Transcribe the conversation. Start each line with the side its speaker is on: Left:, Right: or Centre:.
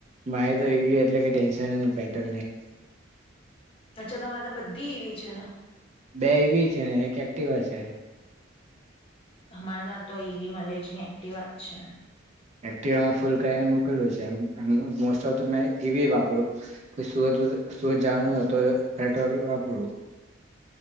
Right: ભાઈ, તો એ ગય એટલે ક ટેન્શન ની પેટ્રોલ નહી.
Left: અચ્છા, તમારે તો બધી એવી છે.
Right: બે એવી છે, ને એક એક્ટિવા છે.
Left: અમારે, ત્યા તો ઈવી મલેજ ની એકી વાત છે.
Right: એક્ટિવામાં ફૂલ કરીને મોકલું છે. મોસ્ટ ઓફ તો મે એવી વાપર્યું સુત સુરત જવાનું હો તો પેટ્રોલ વાપરું.